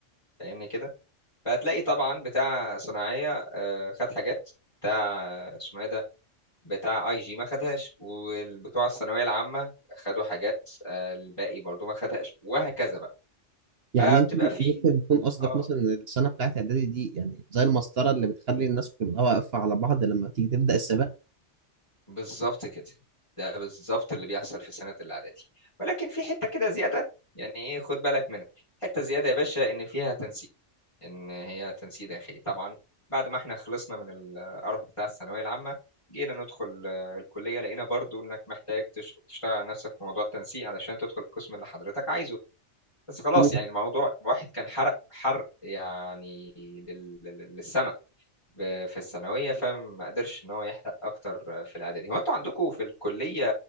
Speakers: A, on the left; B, on the right.
A: فاهمني كده فهتلاقي طبعا بتاع صناعية آه، خد حاجات بتاع آه، اسمه ايه ده بتاع اي جي ما خدهاش والبتوع الثانوية العامة خدوا حاجات آه، الباقي برضو ما خدهاش وهكذا بقى
B: يعني
A: فبتبقى
B: انت
A: في
B: ممكن يكون قصدك
A: اه
B: مثلا إن السنه بتاعت اعدادي دي يعني زي المسطره اللي بتخلي الناس كلها واقفه على بعض لما تيجي تبدا السباق
A: بالظبط كده ده بالظبط اللي بيحصل في سنة الإعدادي ولكن في حتة كده زيادة يعني إيه خد بالك منها حتة زيادة يا باشا إن فيها تنسيق إن هي تنسيق داخلي طبعا بعد ما إحنا خلصنا من القرف بتاع الثانوية العامة جينا ندخل آه، الكلية لقينا برضو إنك محتاج تش- تشتغل على نفسك في موضوع التنسيق علشان تدخل القسم اللي حضرتك عايزه بس خلاص
B: مم.
A: يعني الموضوع واحد كان حرق حرق يعني لل- لل- للسما ب- في الثانوية فما قدرش إن هو يحرق أكتر في الإعدادي هو أنتوا عندكم في الكلية